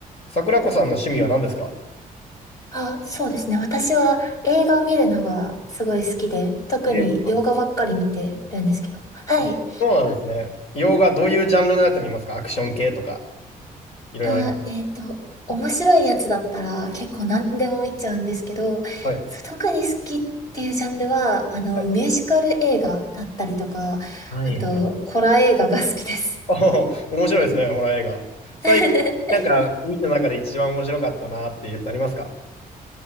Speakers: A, on the left (about 45°); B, on the left (about 25°).
A: 桜子さんの趣味は何ですか
B: あ、そうですね。私は映画を見るのがすごい好きで、特に洋画ばっかり見てるんですけど。
A: 映画、はい。
B: はい。
A: あ、そうなんですね。洋画、どういうジャンルのやつ見ますかアクション系とか、いろいろあります。
B: あ、えっと、面白いやつだったら結構何でも見ちゃうんですけど、
A: はい。
B: 特に好きっていうジャンルは、あの、
A: はい。
B: ミュージカル映画だったりとか、
A: はいはい。
B: あと、ホラー映画が好きです。
A: あ、面白いですね、ホラー映画。最近、
B: <laughs>
A: なんか、見た中で一番面白かったなっていうやつありますか